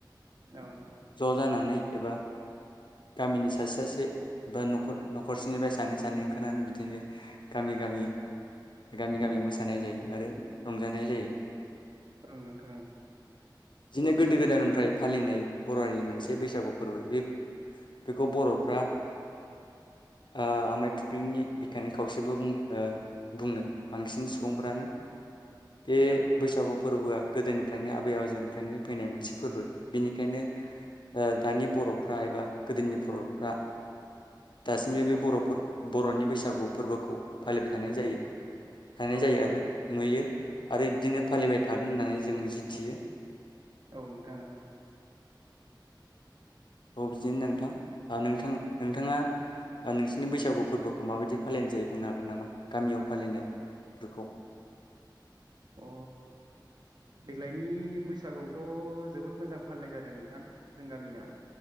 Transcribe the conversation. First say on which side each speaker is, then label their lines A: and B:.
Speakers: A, on the right; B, on the left.
A: ओं
B: ज' जानानै एबा गामिनि सासे सासे एबा न'खर न'खरसेनिफ्राय सानै सानै ओंखारनानै बिदिनो गामि गामि गामि गामि मोसानाय जायो आरो रंजानाय जायो।
A: ओं नोंथां ओं।
B: दिनो गोदो गोदायनिफ्राय फालिनाय बर'हारिनि मोनसे बैसागु फोरबो बे बेखौ बर'फ्रा ओ आमाय थुख्लुनि बिखानि खावसेबो बुंनो ओ बुङो बांसिन सु बुंफ्रानो। बे
A: ओं ओं नोंथां
B: बैसागु फोरबोआ गोदोनिफ्रायनो आबै आजौनिफ्रायनो फैनाय मोनसे फोरबो बिनि बेखायनो ओ दानि बरफ्रा एबा गोदोनि बरफ्रा दासिमबो बे बरफोर बरनि बैसागु फोरबोखौ फालिबाय थानाय जायो थानाय
A: ओं
B: जायो
A: औ नोंथां
B: आरो
A: ओं
B: नुयो आरो बिदिनो फालिबाय
A: औ
B: थागोन होननानै जों मिज जि थियो
A: औ नोंथां औ
B: औ बिदिनो नोंथां आ नोंथां नोंथाङा ओ नोंसिनि बैसागु फोरबो खौ माबायदि फालिनाय जायो बुंनो हागोन नामा गामियाव फालिनायफोरखौ
A: अ देग्लायनि बैसागोआवथ जोबोद मोजां फालिनाय जादों नोंथां जों गामिना